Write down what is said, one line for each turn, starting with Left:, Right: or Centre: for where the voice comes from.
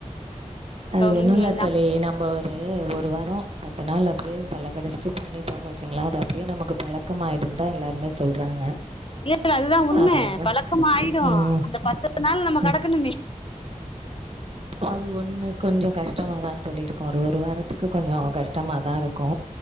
Right: அது ஒண்ணுல்ல
Left: ம் நம்
Right: தோழி நம்பொ ட்டு ஒரு வாரோ பத்து நாள் அப்டியே பல்ல கடிஷ்ட்டு பண்ணீட்டோன்னு வெச்சுங்ளே அது அப்டியே நமக்கு பழக்கம் ஆயிடுந்தா எல்லாருமே சொல்றாங்க
Left: இல்ல இல்ல அதுதா உண்ம
Right: அதான
Left: பழக்கமாயிடு
Right: ம்
Left: அந்த பத்து நாள் நம்ம
Right: ம்
Left: கடக்கணுமே
Right: அது ஒண்ணு கொஞ்சொ கஷ்டமாதாந்தோழி இருக்கு ஒரு ஒரு வாரத்துக்கு கொஞ்சோ கஷ்டமாதா இருக்கு